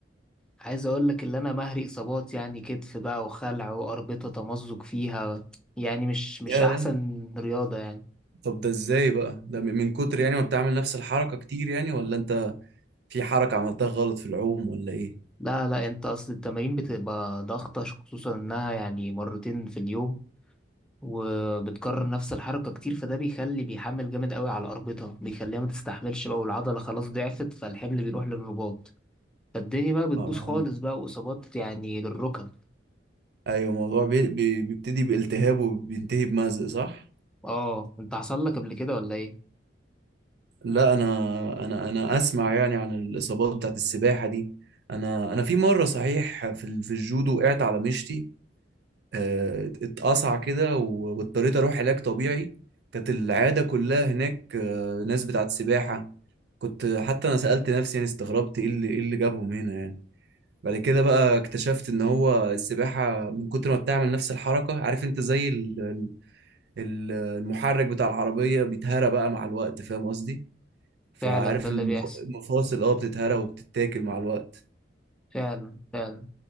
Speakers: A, in the centre; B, on the right.
A: عايز اقول لك اللي انا مهري اصابات يعني كتف بقى وخلع واربطه تمزق فيها يعني مش مش
B: يا
A: احسن رياضه يعني
B: طب ده ازاي بقى ده من من كتر يعني ما بتعمل نفس الحركة كتير يعني ولا انت في حركة عملتها غلط في العوم ولا ايه
A: لا لا انت اصل التمارين بتبقى ضغطه خصوصا انها يعني مرتين في اليوم وبتكرر نفس الحركه كتير فده بيخلي بيحمل جامد قوي على الاربطه بيخليها ما تستحملش بقى والعضله خلاص ضعفت فالحمل بيروح للرباط فالدنيا بقى بتبوظ
B: اه
A: خالص بقى واصابات يعني للركب
B: ايوه الموضوع بي... بي... بيبتدي بالتهاب وبينتهي بمزق صح
A: اه انت حصل لك قبل كده ولا ايه
B: لا انا انا انا اسمع يعني عن الاصابات بتاعت السباحة دي انا انا في مرة صحيح في ال- في الجودو وقعت على مشتي آه، اتقطع كده و- واضطريت اروح علاج طبيعي كانت العياده كلها هناك آه، ناس بتاعت سباحه كنت حتى انا سالت نفسي يعني استغربت ايه اللي ايه اللي جابهم هنا يعني بعد كده بقى اكتشفت ان هو السباحه من كتر ما بتعمل نفس الحركه عارف انت زي ال- ال- المحرك بتاع العربيه بيتهرى بقى مع الوقت فاهم قصدي فعارف
A: فعلا ده اللي
B: المف-
A: بيحصل
B: المفاصل اه بتتهرى وبتتاكل مع الوقت
A: فعلا فعلا